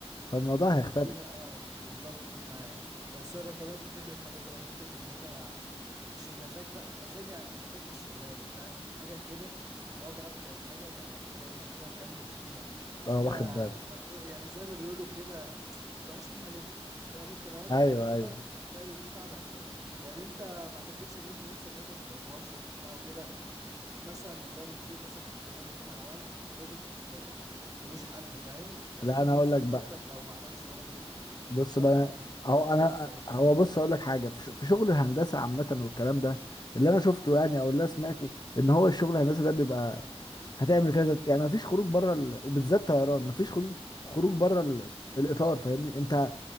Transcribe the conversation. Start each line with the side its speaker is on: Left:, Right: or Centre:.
Left: فالموضوع هيختلف
Right: دي بقى- اه بالظبط دي معاك بس انا بكلمك في فكره حاجه تانية فكره ان انا مش المزاج بقى المزاج يعني المزاج في الشغلانه فاهم حاجه كده اقدر ابدع حاجه ت- عجباني حاجه اكمل فيها
Left: اه
Right: حاجه
Left: واخد بالي
Right: ما تقول يعني زي ما بيقولوا كده ما بقاش ليها ليميت فاهم انت لو انت
Left: ايوه
Right: هتكبر
Left: ايوه
Right: هتجتهد وتتعب هتلاقي يعني انت ما اعتقدش ان انت نفسك مثلا تبقى موظف وبتاع وكده مثلا زي ما بتقول مثلا في الطيران وكده عملت بروجكت ملوش حل فاهم هتاخد
Left: لا انا
Right: نفس
Left: هقول لك
Right: المرتب
Left: بقى
Right: لو ما عملتش ولا بروجكت
Left: بص
Right: صح
Left: بقى
Right: ولا انت تفكيرك
Left: هو انا
Right: ازاي
Left: هو
Right: اه
Left: بص هقول لك حاجه في ش- في شغل الهندسه عامه والكلام ده اللي انا شفته يعني او اللي انا سمعته ان هو الشغل الهندسه ده بيبقى هتعمل كذا يعني مفيش خروج بره ال... وبالذات طيران مفيش خروج خروج بره ال... الاطار فاهمني انت